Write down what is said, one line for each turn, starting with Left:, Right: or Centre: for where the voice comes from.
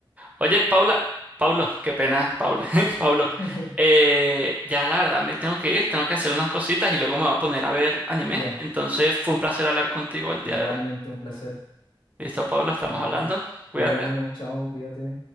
Right: Oye, Paula, Paulo, qué pena, Paula, <laughs> Paulo.
Left: <laughs>
Right: eh, ya la verdad me tengo que ir, tengo que hacer unas cositas y luego me voy a poner a ver anime.
Left: Ya,
Right: Entonces fue un placer hablar contigo el día
Left: igualmente
Right: de hoy.
Left: un placer.
Right: Listo, Paulo, estamos
Left: Ya,
Right: hablando. Cuídate.
Left: ahí hablamos, chao, cuídate.